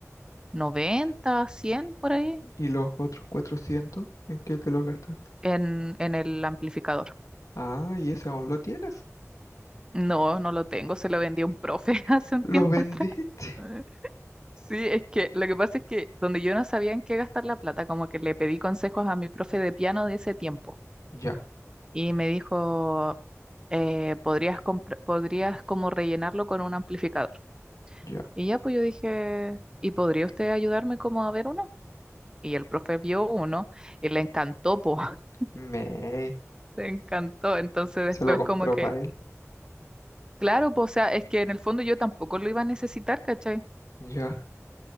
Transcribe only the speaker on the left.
¿y los otros cuatrocientos ¿En qué te los gastaste?
Ah, ¿y ese aún lo tienes?
¿Lo
vendiste?
<laughs>
Ya,
ya.
Me.
Se lo compró
para él.
Ya.